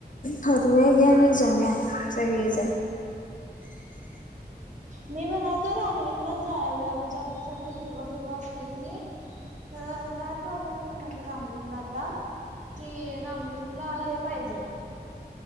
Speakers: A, on the left; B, on the right.
A: ठरवूया घ्या आणि जाऊया सगळे जण.
B: मी म्हणाल तो रामलिंगला जाऊया, म्हणजे आत्ता सगळं हिरवा- बिरवा असते की नाही खरं काय प्रॉब्लेम आहे, माहितीये त्या रामलिंगला आता. कि रामलिंगला हे पाहिजे